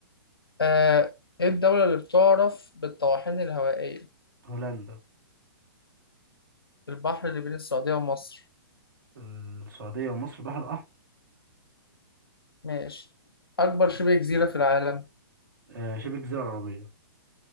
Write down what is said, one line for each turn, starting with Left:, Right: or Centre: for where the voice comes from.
Left: آه إيه الدولة اللي بتعرف بالطواحين الهوائية
Right: هولندا
Left: البحر اللي بين السعودية ومصر
Right: السعودية ومصر البحر الأحمر
Left: ماشي أكبر شبه جزيرة في العالم
Right: آه، شبه الجزيرة العربية